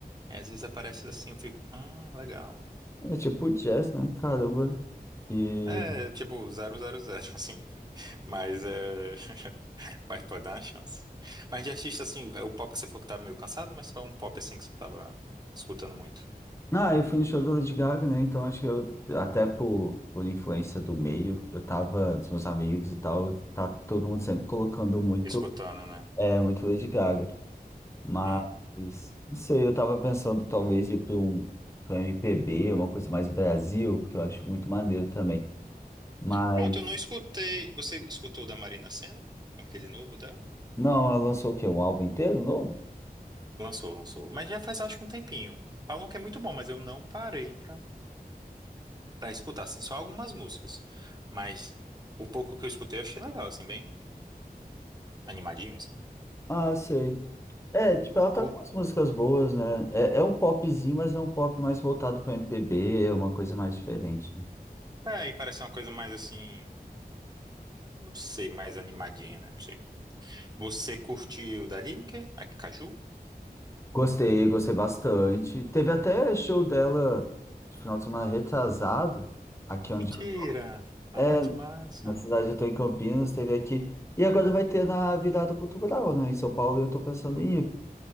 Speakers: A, on the right; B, on the left.
A: Aí, às vezes aparece assim, eu fico, ah, legal.
B: É tipo jazz, né? Caramba. E.
A: É, tipo, zero zero zero <laughs> assim, mas é, <laughs> mas pode dar uma chance. Mas de artista, assim, é o pop que você falou que tá meio cansado, mas qual é um pop, assim, que você tava escutando muito?
B: Ah, eu fui no show da Lady Gaga, né? Então acho que eu, até por, por influência do meio, eu tava, dos meus amigos e tal, tá todo mundo sempre colocando muito,
A: Escutando, né?
B: é, muito Lady Gaga. Mas,
A: Uhum.
B: não sei, eu tava pensando talvez ir pra um, pra um MPB, uma coisa mais Brasil, porque eu acho muito maneiro também. Mas,
A: Pronto, eu não escutei, você escutou o da Marina Sena? Aquele novo dela?
B: não, ela lançou o quê? Um álbum inteiro novo?
A: Lançou, lançou. Mas já faz acho que um tempinho. Falam que é muito bom, mas eu não parei pra, pra escutar, assim, só algumas músicas. Mas o pouco que eu escutei eu achei legal, assim, bem animadinho, assim.
B: Ah, sei. É, tipo, ela tá
A: O-
B: com umas músicas boas, né? É, é um popzinho, mas é um pop mais voltado pro MPB, é uma coisa mais diferente. né?
A: É, e parece uma coisa mais assim, não sei, mais animadinha, né? Não sei. Você curtiu da Lineker? A Caju?
B: Gostei, gostei bastante. Teve até show dela no final de semana retrasado, aqui onde
A: Mentira!
B: eu tô.
A: Ai,
B: É,
A: que massa!
B: na cidade eu tô em Campinas, teve aqui. E agora vai ter na Virada Cultural, né? Em São Paulo, e eu tô pensando em ir.